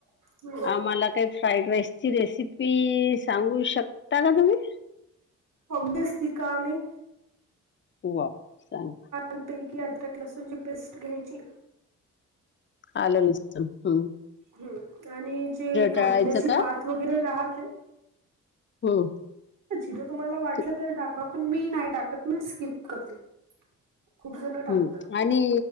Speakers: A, on the right (about 50°); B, on the left (about 30°).
A: हम्म
B: आम्हांला कांहीं फ्राईड राईस ची रेसिपी सांगू शकतां कां तुम्हीं
A: ऑफबेसली कां नाहीं
B: होवां सांग
A: लपैकी अदरक लसूणं ची पेस्ट घ्यायची
B: आलेलसण हम्मं
A: हम्मं आणि जी कांद्याची
B: टाळायचं का
A: पांत वगैरें राहते
B: हम्म.
A: जिथं तुम्हाला वाटलं
B: तू-
A: तर टाका पण मी नाही टाकत मी स्किप करते. खूप जण टाकतात
B: हम्म आणि